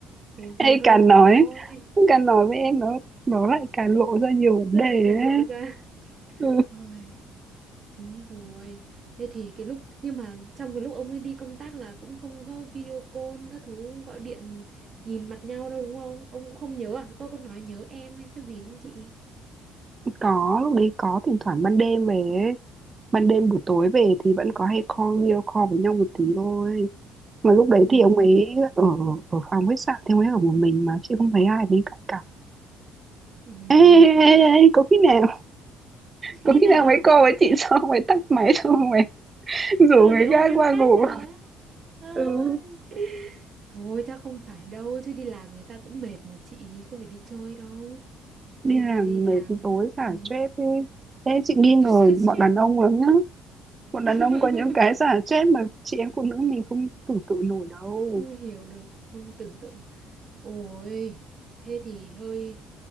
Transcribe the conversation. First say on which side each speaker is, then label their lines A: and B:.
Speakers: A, on the right (about 45°); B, on the right (about 30°).
A: thế thì
B: hay
A: hơi
B: càng
A: khó
B: nói
A: ấy.
B: càng nói với em nó nó lại càng lộ ra nhiều vấn
A: giờ
B: đề
A: lại càng
B: ấy
A: lộ ra
B: ừ,
A: ôi nhưng rồi thế thì cái lúc nhưng mà trong cái lúc ông ấy đi công tác là cũng không có video call các thứ gọi điện nhìn mặt nhau đâu đúng không ông cũng không nhớ à có có nói nhớ em hay cái gì không chị
B: có lúc đấy có thỉnh thoảng ban đêm về ấy. ban đêm buổi tối về thì vẫn có hay call video call với nhau một tí thôi mà lúc đấy
A: ừ
B: thì ông ấy ở ở phòng khách sạn thì ông ấy ở một mình mà chị không thấy ai bên cạnh cả
A: ừ
B: ê, ê, ê, ê, có khi nào
A: <laughs>
B: có
A: thế nào
B: khi nào mấy cô với chị <laughs> xong rồi tắt máy xong rồi <laughs> rủ
A: sao lại
B: người
A: đi ôm
B: khác
A: em
B: qua
A: khác
B: ngủ
A: hả ơi
B: ừ
A: thôi chắc không phải đâu chứ đi làm người ta cũng mệt mà chị có phải đi chơi đâu
B: đi
A: đi,
B: làm
A: đi, đi
B: mệt
A: làm
B: tối xả
A: ừ,
B: stress đi thế chị nghi ngờ
A: tôi sát stress
B: bọn đàn ông lắm nhá bọn đàn
A: <laughs>
B: ông có những cái xả stress mà chị em phụ nữ mình không tưởng tượng nổi đâu
A: không hiểu được không tưởng tượng ôi thế thì hơi